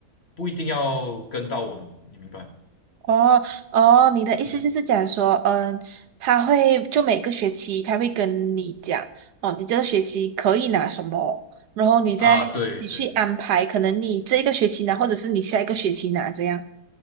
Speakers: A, on the left; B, on the right.
A: 不一定要跟到完，你明白？
B: 哦哦，你的意思就是讲说，
A: 嗯，
B: 嗯，他会就每个学期他会跟你讲，哦，你这个学期可以拿什么，然后你再你去安排，
A: 啊，对对，
B: 可能你这一个学期拿，或者是你下一个学期拿这样。